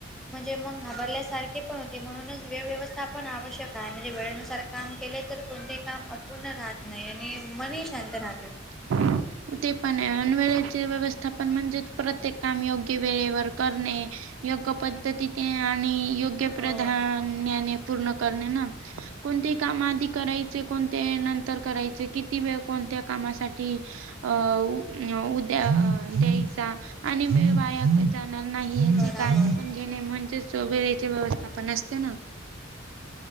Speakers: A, in the centre; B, on the right.
A: म्हणजे मग घाबरल्यासारखे पण होते म्हणूनच वेळव्यवस्थापण आवश्यक आहे म्हणजे वेळेनुसार काम केले तर कोणतेही काम अप पूर्ण राहत नाही आणि मनही शांत राहते
B: ह ते पण अनवेळेचे व्यवस्थापन म्हणजे प्रत्येक काम योग्य वेळेवर करणे योग्य पद्धती ते आणि योग्य
A: हो
B: प्रधान्याने पूर्ण करणे ना कोणते कामा आधी करायचे कोणते नंतर करायचे किती वेळ कोणत्या कामासाठी अ उद्या द्यायचा आणि वाया जाणार नाही याची
A: बराबर.
B: काळजी पण घेणे म्हणजे सोबेची व्यवस्थापण असते ना